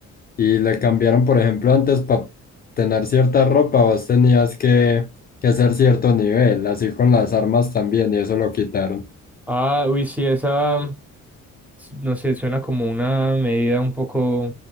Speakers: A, on the left; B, in the centre.
A: y le cambiaron, por ejemplo, antes para tener cierta ropa, vos tenías que, que hacer cierto nivel, así con las armas también, y eso lo quitaron.
B: Ah, uy, sí, esa, no sé, suena como una medida un poco,